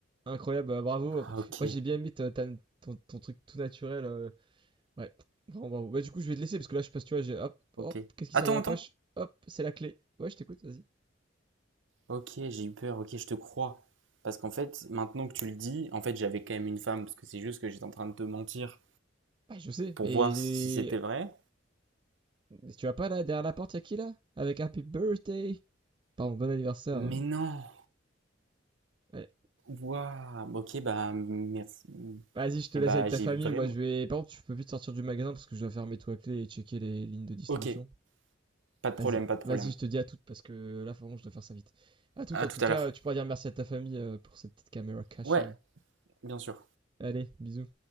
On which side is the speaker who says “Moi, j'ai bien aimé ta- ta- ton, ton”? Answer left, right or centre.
Right